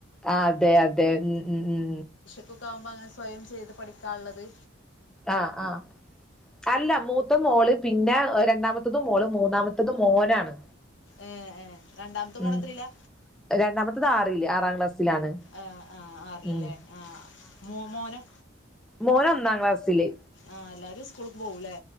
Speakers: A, in the centre; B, on the left.
A: ആഹ് അതെ അതെ ഉം ഉം ഉം
B: പ്പൊക്കാവുമ്പങ്ങനെ സ്വയം ചെയ്ത് പഠിക്കാള്ളത്.
A: ആഹ് ആഹ് അല്ല മൂത്ത മോള് പിന്നെ രണ്ടാമത്തെതും മോള് മൂന്നാമത്തത് മോനാണ്
B: ഏഹ് ഏഹ് രണ്ടാമത്തെ
A: ഉം
B: മോളെത്രീലാ
A: രണ്ടാമത്തത് ആറില് ആറാം ക്ലാസ്സിലാണ്
B: ആഹ് ആഹ് ആർൽലേ
A: ഉം
B: ആഹ് മോ മോനോ
A: മോനൊന്നാം ക്ലാസ്സില്
B: ആഹ് എല്ലാരു സ്കൂൾക്ക് പോവുലെ